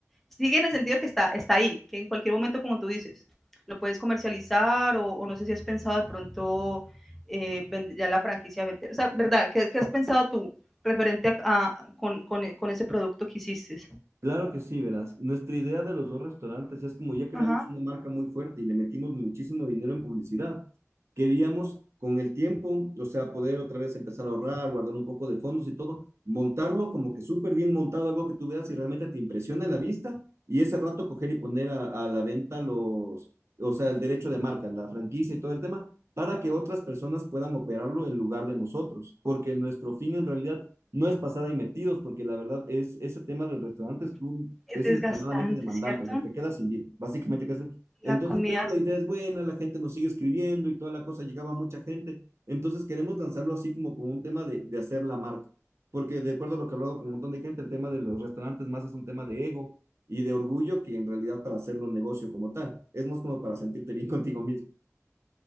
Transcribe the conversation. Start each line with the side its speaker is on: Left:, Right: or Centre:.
Centre: sigue en el sentido que está, está ahí, que en cualquier momento, como tú dices, lo puedes comercializar o, o no sé si has pensado de pronto eh, vend- ya la franquicia vender. O sea, ¿verdad? ¿Qué, qué has pensado tú referente a, a con, con, con, ese producto que hiciste?
Right: claro que sí, verás. Nuestra idea de los dos restaurantes es como ya creamos
Centre: Ajá.
Right: una marca muy fuerte y le metimos muchísimo dinero en publicidad. Queríamos con el tiempo, o sea, poder otra vez empezar a ahorrar, guardar un poco de fondos y todo, montarlo como que súper bien montado, algo que tú veas y realmente te impresiona la vista y ese rato coger y poner a, a la venta los, o sea, el derecho de marca, la franquicia y todo el tema, para que otras personas puedan operarlo en lugar de nosotros, porque nuestro fin en realidad no es pasada y metidos, porque la verdad es, ese tema del restaurante es, un-
Centre: Es
Right: es
Centre: desgastante,
Right: extremadamente demandante,
Centre: ¿cierto?
Right: o sea, te quedas sin vida, básicamente casi. Entonces,
Centre: La comida
Right: pero la
Centre: es
Right: idea es buena, la gente nos sigue escribiendo y toda la cosa, llegaba mucha gente, entonces queremos lanzarlo así como, como un tema de, de hacer la marca, porque de acuerdo a lo que he hablado con un montón de gente, el tema de los restaurantes más es un tema de ego y de orgullo que en realidad para hacerlo negocio como tal, es más como para sentirte bien <laughs> contigo mismo.